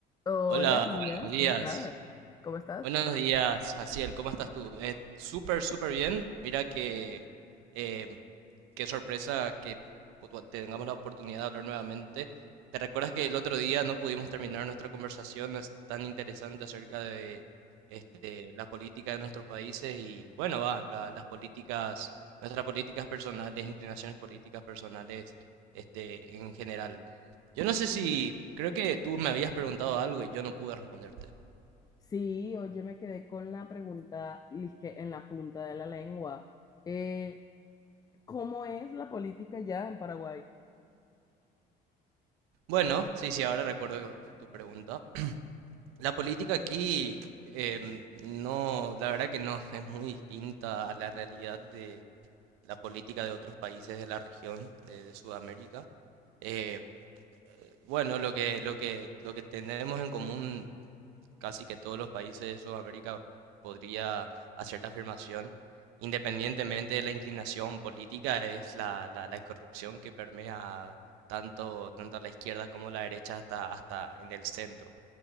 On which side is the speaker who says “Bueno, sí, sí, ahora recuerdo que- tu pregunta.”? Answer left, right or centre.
Right